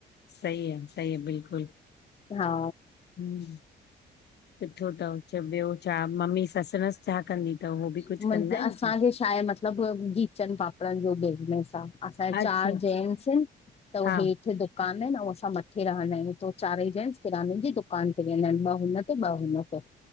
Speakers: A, on the left; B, on the left.
A: सही आ, सही आ, बिल्कुलु।
B: हा
A: हम्म, सुठो अथव चओ ॿियो छा मम्मी ससुनस छा कंदी अथव? हो बि कुझु
B: हिननि
A: कंदा
B: खे,
A: आहिनि
B: असांखे
A: छा
B: छाहे मतलबु खीचन पापड़नि जो बिज़नेस आहे। असां जे
A: अच्छा
B: चार
A: अच्छा
B: जेनट्स आहिनि। त
A: हा
B: हेठ द दुकान आहिनि ऐं असां मथे रहंदा आहियूं। त चारई जेंनट्स किरयाने जी दुकान ते वेंदा आहिनि ॿ हुन ते, ॿ हुन ते।